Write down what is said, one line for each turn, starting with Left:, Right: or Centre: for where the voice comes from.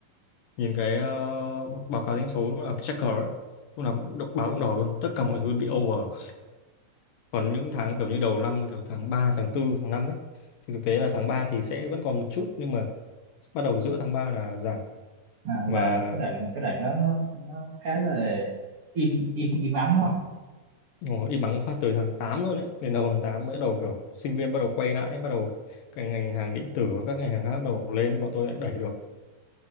Left: nhìn cái ờ, báo cáo doanh số lúc nào checker ấy. Lúc nào cũng động- báo động đỏ luôn. Tất cả mọi thứ bị over. còn những tháng kiểu như đầu năm kiểu tháng 3, tháng tư, tháng 5 ấy thì thực tế là tháng 3 thì sẽ vẫn còn một chút nhưng mà bắt đầu giữa tháng 3 là giảm
Right: à,
Left: và
Right: là cái đoạn cái đoạn đó nó nó khá là im im im ắng đúng không
Left: ồ, im ắng một phát tới tháng 8 luôn đấy đến đầu tháng 8 mới bắt đầu kiểu sinh viên bắt đầu quay lại bắt đầu cái ngành hàng điện tử các ngành hàng khác bắt đầu lên bọn tôi lại đẩy được